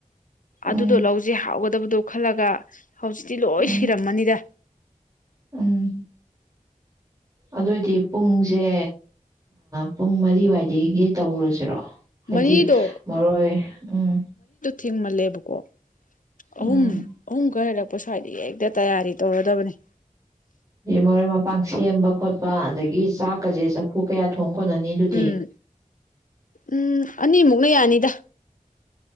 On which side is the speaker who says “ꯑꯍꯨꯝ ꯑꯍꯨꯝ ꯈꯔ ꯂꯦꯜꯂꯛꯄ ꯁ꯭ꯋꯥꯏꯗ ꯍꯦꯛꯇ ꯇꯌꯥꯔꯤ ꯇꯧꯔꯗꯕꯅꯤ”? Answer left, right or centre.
Left